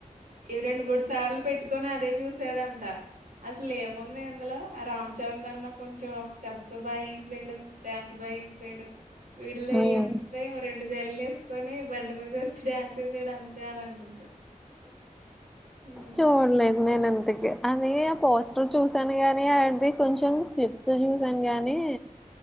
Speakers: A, on the right (about 75°); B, in the centre.
A: ఇవి రెండు మూడు సార్లు పెట్టి ఇ అదే చూసి చెడంట అసలు ఏముంది ఇందులో ఆ రామ్ చరణ్ దన్న కొంచెం స్టెప్స్ బాగా చేసాడు డ్యాన్స్ బాగా చేసాడు వీళ్ళరడు
B: ఉమ్
A: జల్ వేసుకొని బండి మీద వచ్చి డ్యాన్స్ వేశాడు అంతే అని అంటుంది హ్మ్.
B: జోర్లే నేను ఇంతకి అలాే ఆ పోస్టర్ చూసాను గాని ఆడిది కొంచెం క్లిప్స్ చూసాను గాని